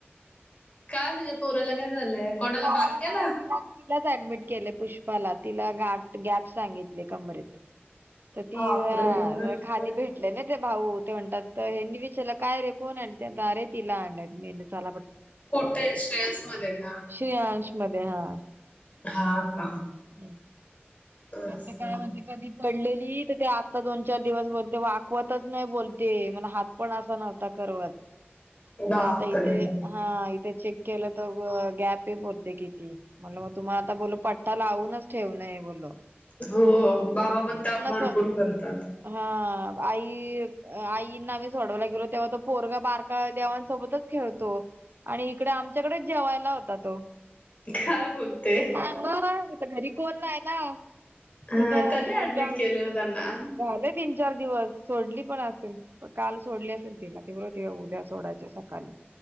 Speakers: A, on the left; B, on the right.
A: का तिच्या पोराला काय झालंय? कोणाला
B: पोरांला
A: बारक्याला?
B: नाही तिला तिलाच ऍडमिट केले पुष्पाला तिला गाठ गॅप सांगितले कंमरेत तर ती
A: बापरे
B: हा
A: एवढं लवकर.
B: खाली भेटली म्हंटले ना ते भाऊ ते म्हणतात ह्यांनी विचारलं काय रे कोण आहेत त्या अरे तिला आणलयं मी म्हणली चला
A: कोठे श्रीयांश मध्ये का?
B: श्रीयांश मध्ये हा.
A: हा का?
B: हा
A: असं.
B: ते काय म्हणते? कधी पडलेली तर ते आत्ता दोन चार दिवस बोलते वाकवतच नाही बोलते मला हात कोणाचा नव्हता करवत
A: बापरे
B: तर आता इथे हा इथे चेक केलं तर गॅप आहे बोलते किती म्हणलं मग तुम्हाला आता बोल पटा लावूनच ठेवण आहे बोलो
A: हो बाबा पण त्या भरपूर
B: स
A: करतात.
B: हा आई आईंना आम्ही सोडवायला गेलो तेव्हा तो पोरगा बारका देवांसोबतच खेळतो. आणि इकडे आमच्याकडेच जेवायला होता तो.
A: काय बोलते
B: सांग आता घरी कोण नाही ना.
A: हा
B: तर
A: कधी ऍडमिट
B: जाम
A: केले त्यांना?
B: झाले तीन चार दिवस सोडली पण असेल काल सोडली असेल. तिला उद्या सोडायच सकाळी